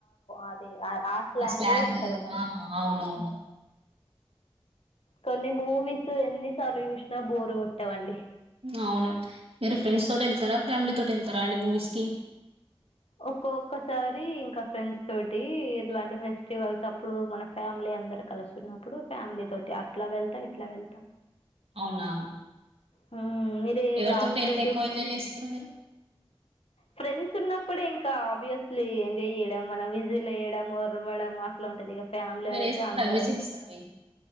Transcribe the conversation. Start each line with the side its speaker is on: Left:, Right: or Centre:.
Left: అది మాస్
Right: ఆ
Left: లాంగ్వే
Right: స్లాంగ్
Left: ఉంటంది అన్నట్టు
Right: ఆ అవునవును
Left: కొన్ని మూవీస్ ఎన్నిసార్లు చూసినా బోరు కొట్టవండి
Right: అవును మీరు ఫ్రెండ్స్ తోటే వెళ్తారా? ఫ్యామిలీ తోట వెళ్తారా అండి మూవీస్ కి
Left: ఒక్కొక్కసారి ఇంకా ఫ్రెండ్స్ తోటి ఇలాంటి ఫెస్టివల్స్ అప్పుడు మన ఫ్యామిలీ అందరు కలిసున్నప్పుడు ఫ్యామిలీ తోటి అట్లా వెళ్తా ఇట్లా వెళ్తా
Right: అవునా
Left: మ్మ్ ఉమ్ మీదే
Right: ఎవరితోటి
Left: లాస్ట్
Right: వెళ్తే
Left: గా చూసిన,
Right: ఎక్కువ ఎంజాయ్ చేస్తారు మీరు
Left: ఫ్రెండ్స్ ఉన్నప్పుడే ఇంక్ కా ఆబ్వీయస్లీ ఎంజాయ్ చేయ్యడం, మనం విజిల్ యేయడం, ఒరవడం అట్ల ఉంటదిగ. ఫ్యామిలీ
Right: మీరు
Left: అయితే
Right: వేస్తారా
Left: అందరుంటరు.
Right: విజిల్స్ అవి